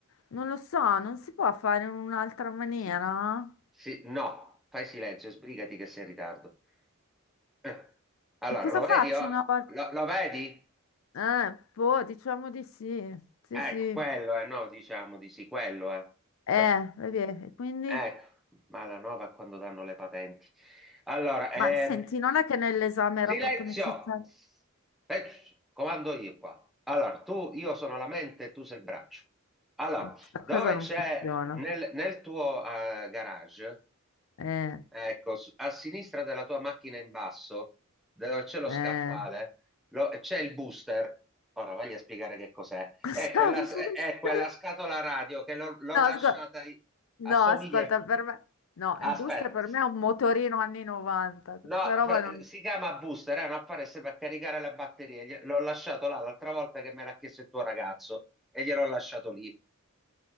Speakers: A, on the left; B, in the centre.
A: non lo so, non si può fare in un'altra maniera?
B: Sì, sì, no, fai silenzio, sbrigati che sei in ritardo. Eh, Allora,
A: E cosa
B: lo
A: faccio
B: vedi? oh?
A: una volta?
B: Lo, lo vedi?
A: Eh, boh, diciamo di sì. Sì,
B: Ecco,
A: sì.
B: quello è, no, diciamo di sì, quello è.
A: Eh,
B: Eh,
A: vedi, e quindi?
B: ecco, malanova quando danno le patenti. Allora, ehm,
A: Ma senti, non è che nell'esame
B: silenzio!
A: era proprio necessario?
B: Eh, comando io qua. Allora, tu, io sono la mente, tu sei il braccio. Allora,
A: Questa
B: dove
A: cosa non
B: c'è
A: funziona.
B: nel, nel tuo eh, garage?
A: Eh,
B: Ecco, s- a sinistra della tua macchina in basso, dove c'è lo
A: eh,
B: scaffale, lo- c'è il booster. Ora voglio spiegare che cos'è.
A: <laughs> cosa
B: È quella,
A: non funziona?
B: è, è quella scatola radio che l'ho l'ho
A: No,
B: lasciata,
A: ascolta,
B: lì.
A: no,
B: assomiglia.
A: ascolta, per me, no, il
B: Aspetta,
A: booster per me è un motorino anni 90,
B: no,
A: questa roba
B: fa-
A: non...
B: si chiama booster, è un apparato serve a caricare la batteria. Gli- L'ho lasciato là l'altra volta che me l'ha chiesto il tuo ragazzo e gliel'ho lasciato lì.